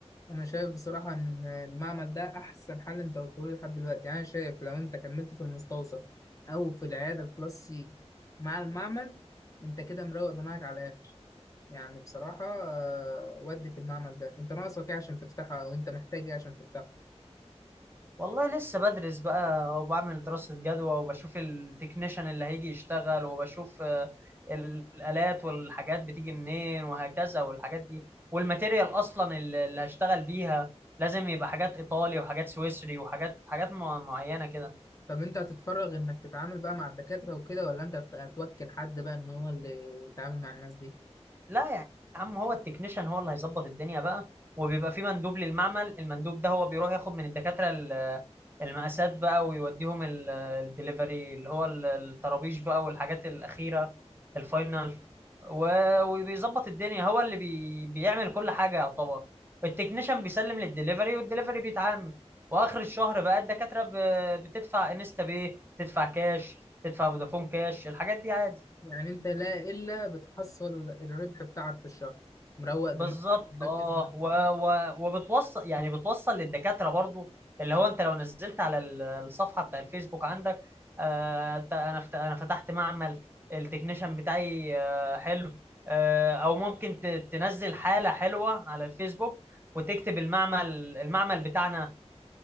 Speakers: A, on the left; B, on the right.
A: انا شايف بصراحه ان المعمل ده احسن حل انت قلته لي لحد دلوقتي يعني انا شايف لو انت كملت في المستوصف او في العياده الكلاس سي مع المعمل انت كده مروق دماغك على الاخر يعني بصراحه آه، ودي في المعمل ده انت ناقصك ايه عشان تفتحها او انت محتاج ايه عشان تفتحها
B: والله لسه بدرس بقى وبعمل دراسة جدوى وبشوف التكنيشن اللي هيجي يشتغل وبشوف آه، الآلات والحاجات بتيجي منين وهكذا والحاجات دي والماتيريال أصلا اللي اللي هشتغل بيها لازم يبقى حاجات إيطالي وحاجات سويسري وحاجات حاجات مع- معينة كده
A: طب انت هتتفرغ انك تتعامل بقى مع الدكاتره وكده ولا انت هت- هتوكل حد بقى ان هو اللي يتعامل مع الناس دي
B: لا يا عم هو التكنيشن هو اللي هيظبط الدنيا بقى وبيبقى في مندوب للمعمل المندوب ده هو بيروح ياخد من الدكاترة ال- المقاسات بقى ويوديهم ال- الدليفري اللي هو ال- الطرابيش بقى والحاجات الأخيرة الفاينل و- وبيظبط الدنيا هو اللي بي بيعمل كل حاجة يعتبر التكنيشن بيسلم للدليفري والدليفري بيتعامل وآخر الشهر بقى الدكاترة ب- بتدفع انستا باي تدفع كاش تدفع فودافون كاش الحاجات دي عادي
A: يعني انت لا الا بتحصل الربح بتاعك في الشهر مروق دماغك
B: بالظبط
A: مركز
B: اه
A: مع الناس.
B: و... و... وبتوصل يعني بتوصل للدكاتره برضو اللي هو انت لو نزلت على ال- الصفحه بتاع الفيسبوك عندك آه... ت- انا فت... انا فتحت معمل التكنيشن بتاعي آه... حلو آه... او ممكن ت... تنزل حاله حلوه على الفيسبوك وتكتب المعمل المعمل بتاعنا